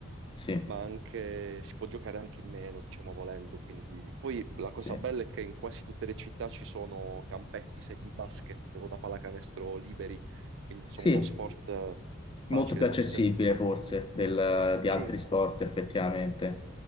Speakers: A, on the left (about 25°); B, on the right (about 65°).
A: Sì,
B: ma anche si può giocare anche in meno, diciamo volendo. Quindi poi la cosa
A: sì.
B: bella è che in quasi tutte le città ci sono campetti, sedi di basket o da pallacanestro liberi, quindi insomma
A: Sì,
B: uno sport eh, facile.
A: molto più accessibile
B: Non so se
A: forse del- di
B: sì,
A: altri sport effettivamente.